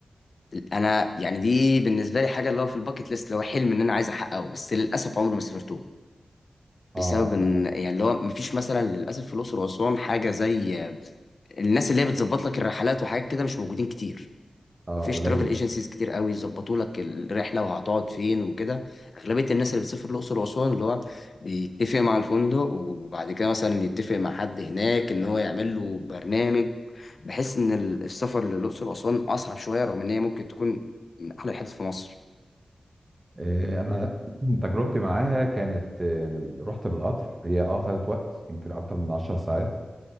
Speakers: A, on the left; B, on the right.
A: انا يعني دي بالنسبة لي حاجة اللي هو في الباكت ليست اللي هو حلم ان انا عايز احققه بس للاسف عمري ما سافرته بسبب
B: اه
A: ان
B: انا
A: يعني اللي هو مفيش مثلا للاسف في الاقصر واسوان حاجة زي الناس اللي هي بتظبط لك الرحلات وحاجات كده مش موجودين كتير
B: اه
A: مفيش
B: قليل
A: ترافل ايجنسيز كتير قوي يظبطوا لك الرحله وهتقعد فين وكده اغلبيه الناس اللي بتسافر الاقصر واسوان اللي هو بيتفق مع الفندق وبعد كده مثلا يتفق مع حد هناك ان هو يعمل له برنامج بحس ان ال- السفر للاقصر واسوان اصعب شويه رغم ان هي ممكن تكون من احلى الحتت في مصر
B: آه، انا <clears throat> تجربتي معاها كانت آه، بال- رحت بالقطر هي اه خدت وقت يمكن اكتر من 10 ساعات